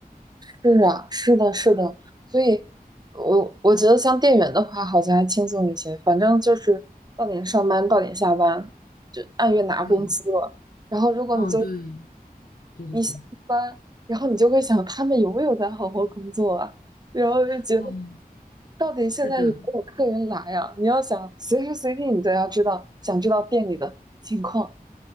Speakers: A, on the right; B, on the left.
A: 是啊，是的，是的。
B: 对，
A: 所以我我觉得像店员的话，好像还轻松一些，反正就是到点上班，到点下班，就按月拿工资了然后，
B: 对，
A: 如果你就
B: 嗯，对，对对对，
A: 一下班，然后你就会想他们有没有在好好工作啊？然后就觉得
B: 嗯，
A: 到底现在有没有客人来呀、
B: 是的。
A: 你要想随时随地你都要知道，想知道店里的情况。